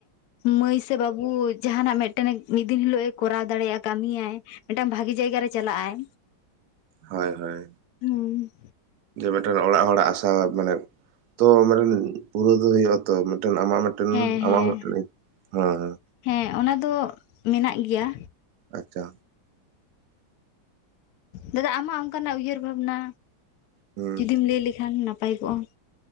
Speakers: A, on the left; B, on the right.
A: ᱢᱟᱹᱭ ᱥᱮ ᱵᱟᱹᱵᱩ ᱡᱟᱦᱟᱱᱟᱜ ᱢᱮᱜᱴᱮᱱᱮ ᱢᱤᱫ ᱫᱤᱱ ᱦᱤᱞᱳᱜ ᱮ ᱠᱚᱨᱟᱣ ᱫᱟᱲᱮᱭᱟᱜᱼᱟ ᱠᱟᱹᱢᱤᱭᱟᱭ ᱢᱤᱫᱴᱟᱝ ᱵᱷᱟᱜᱤ ᱡᱟᱭᱜᱟ ᱡᱟᱭᱜᱟᱨᱮᱭ ᱪᱟᱞᱟᱜᱼ ᱟᱭ
B: ᱦᱚᱸᱭ ᱦᱚᱸᱭ
A: ᱦᱩᱸ
B: ᱡᱮ ᱵᱮᱴᱟ ᱚᱲᱟᱜ ᱦᱚᱲᱟᱜ ᱟᱥᱟ ᱢᱟᱱᱮ ᱛᱚ ᱢᱮᱜᱴᱮᱱ ᱯᱩᱨᱟᱹᱣ ᱫᱚ ᱦᱩᱭᱩᱜᱼᱟ ᱛᱚ <unintelligible> ᱟᱢᱟᱜ ᱢᱮᱜᱴᱮᱱ
A: ᱦᱮᱸ
B: ᱟᱢᱟᱜ
A: ᱦᱮᱸ
B: ᱦᱚᱸ ᱢᱮᱜᱴᱮᱱ <unintelligible>
A: ᱦᱮᱸ ᱚᱱᱟ ᱫᱚ ᱢᱮᱱᱟᱜ ᱜᱮᱭᱟ
B: ᱟᱪᱪᱟ
A: ᱫᱟᱫᱟ ᱟᱢᱟᱜ ᱚᱱᱠᱟᱱᱟᱜ ᱩᱭᱦᱟᱹᱨ ᱵᱷᱟᱵᱱᱟ
B: ᱦᱩᱸ
A: ᱡᱩᱫᱤᱢ ᱞᱟᱹᱭ ᱞᱮᱠᱷᱟᱱ <unintelligible> ᱱᱟᱯᱟᱭ ᱠᱚᱜᱼᱟ